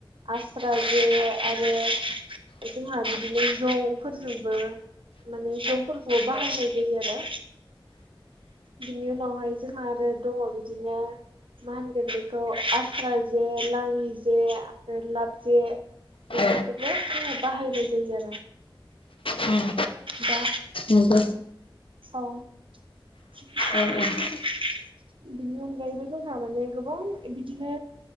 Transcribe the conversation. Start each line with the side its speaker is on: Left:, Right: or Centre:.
Right: आस्रा जे बे आरो जोंहा बिदिनो जंफोरजोंबो माने जंफोरखौबो बाहायनाय जायो आरो बिनि उनावहाय जोंहा आरो दङ बिदिनो मा होनगोन बेखौ आस्रा जे लाङि जे ओमफ्राय लाब जे
Left: औ
Right: बेफोरखौबो जोङो बाहायनाय जायो आरो
Left: उम
Right: दा
Left: नंगौ
Right: औ <inaudible>
Left: औ औ
Right: बिनि अनगायैबो जोंहा माने गोबां बिदिनो